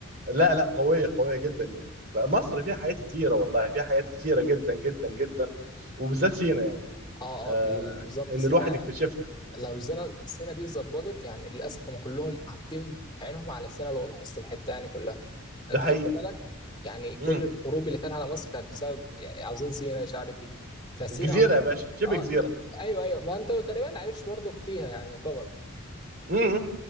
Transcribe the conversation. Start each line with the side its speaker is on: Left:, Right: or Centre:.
Right: لا لا قوية قوية جدا يعني فمصر فيها حاجات كتيرة والله فيها حاجات كتيرة جدا جدا جدا وبالذات سينا يعني
Left: <laughs> اه
Right: آه
Left: اه بال- بالظبط
Right: إن
Left: سينا
Right: الواحد يكتشفها
Left: لو سينا السينا دي اتظبطت يعني للاسف هم كلهم حاطين عينهم على سينا لو لاحظت الحته يعني كلها انت
Right: ده حقيقي
Left: خدت بالك يعني كل
Right: امم
Left: الحروب اللي كانت على مصر كانت بسبب يعني عاوزين سينا مش عارف ايه فسينا
Right: جزيرة
Left: اصلا
Right: يا باشا شبه
Left: اه
Right: جزيرة
Left: ايوه ايوه ما انت تقريبا عايش برضك فيها يعني طبعا
Right: امم